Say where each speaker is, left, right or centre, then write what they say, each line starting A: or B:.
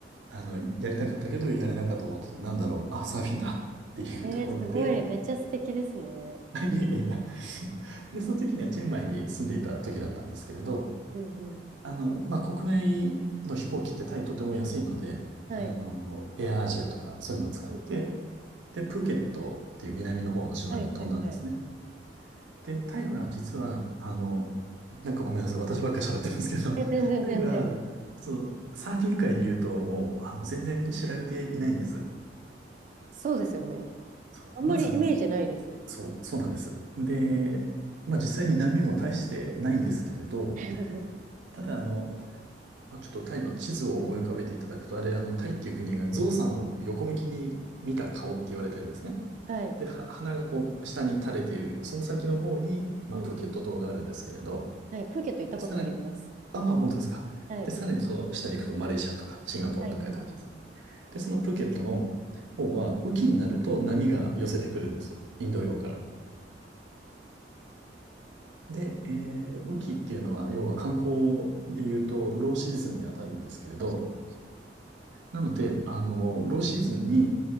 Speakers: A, on the right; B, on the right.
A: あの、やりたかったけど、やれなかったことってなんだろう。あ、サーフィンだっていうところで、
B: ええ、すごい。めっちゃ素敵ですね。
A: <laughs> いやいやいや。で、その時にはチェンマイに住んでいた時だったんですけれど、
B: うんうん。
A: あの、まあ、国内の飛行機ってタイとても安いので、
B: はい。
A: あの、エアアジアとかそういうのを使って、
B: うんうん。
A: で、プーケットっていう南の方の島に飛んだんですね。
B: はいはいはい。
A: で、タイは実は、あの、なんかごめんなさい、私ばっかり喋ってますけど、
B: え、全然全然です。
A: <laughs> タイは、そう、サーフィン界で言うともう、あの、全然知られていないんです。
B: そうですよね。
A: そう、
B: あんまりイメージないですね。
A: まず、そう、そうなんです。で、まあ実際に波も大してないんですけれど、
B: <laughs>
A: ただあの、まあ、ちょっとタイの地図を思い浮かべていただくと、あれ、あの、タイっていう国が象さんを横向きに見た顔って言われてるんですね。
B: はい。
A: で、は鼻がこう、下に垂れている、その先の方に、まあ、
B: うんうん。
A: プーケット島があるんですけれど、
B: はい。プーケット行ったことあります。
A: で、さらに、ああ、本当ですか。
B: はい。
A: で、さらにその下に行くと、マレーシアとかシンガポールとかいう感じです。
B: はいはいはい。
A: で、そのプーケットの方は、雨季になると波が寄せてくるんです。インド洋から。で、えー雨季っていうのは、要は観光で言うと、ローシーズンに当たるんですけれど、
B: 確かに確
A: なので、あの、ローシーズンに、